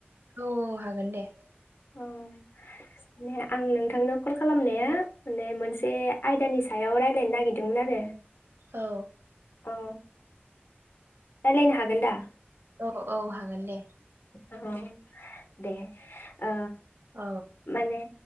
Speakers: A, on the right; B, on the left.
A: औ हागोन दे।
B: अ माने आं नोंथांनो कल खालामनाया माने मोनसे आयदानि सायाव रायलायनो नागिरदोंमोन आरो
A: औ।
B: औ रायलायनो हागोन दा?
A: औ औ हागोन दे।
B: औ दे ओ
A: औ
B: माने